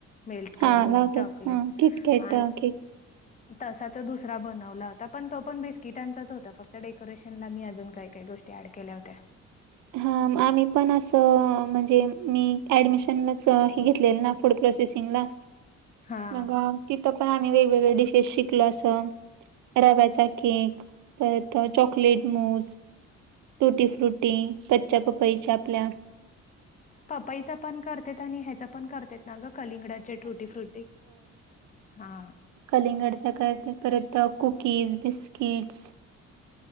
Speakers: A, on the left (about 25°); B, on the right (about 75°).
A: मेल्ट करून
B: हा लावतात
A: चॉकलेट
B: हा किटकॅट
A: ह
B: अ, केक
A: तसा तो दुसरा बनवला होता, पण तो पण बिस्किटांचाच होता. फक्त डेकोरेशन ला मी अजून काही काही गोष्टी ऍड केल्या होत्या.
B: हा आम्ही पण असं म्हणजे, मी ऍडमिशनच घेतलेलं <inaudible> नाही फूड प्रोसेसिंगला
A: हा
B: मग तिथं पण आम्ही वेगवेगळे डिशेस शिकलो असं. रव्याचा केक परत चॉकलेट मूस. तुटी, फ्रुटी कच्च्या पपईच्या आपल्या.
A: पपाईच पण <inaudible> करत आणि ह्याच पण <inaudible> करत ना ग कलिंगडा. चे ट्रुटी फ्रूटी हा.
B: कलिंगड चे करतात. परत कुकीज, बिस्किट्स.